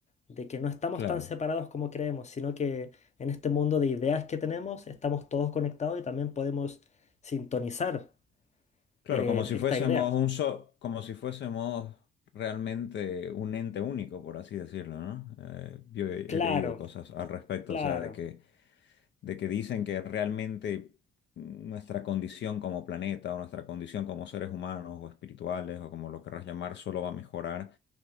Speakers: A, on the left; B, on the left.
A: de que no estamos
B: Claro.
A: tan separados como creemos, sino que en este mundo de ideas que tenemos estamos todos conectados y también podemos sintonizar
B: Claro,
A: eh,
B: como si
A: estas
B: fuésemos
A: ideas.
B: un so- como si fuésemos realmente un ente único, por así decirlo, ¿no? Eh, yo he,
A: Claro,
B: he leído cosas al respecto,
A: claro.
B: o sea, de que, de que dicen que realmente nuestra condición como planeta o nuestra condición como seres humanos o espirituales o como lo querrás llamar, solo va a mejorar